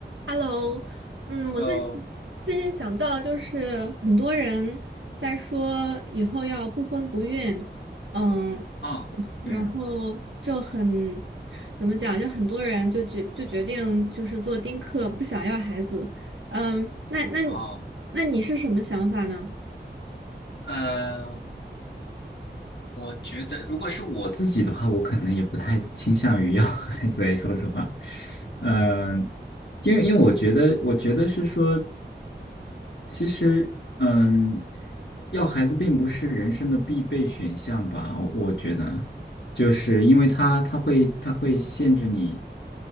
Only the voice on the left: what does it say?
呃，
啊，
嗯，
哦，
呃，我觉得如果是我自己的话，我可能也不太倾向于要 <laughs> 孩子诶，说实话，嗯、因为因为我觉得，我觉得是说，其实，嗯，要孩子并不是人生的必备选项吧，我我觉得，就是因为他他会他会限制你。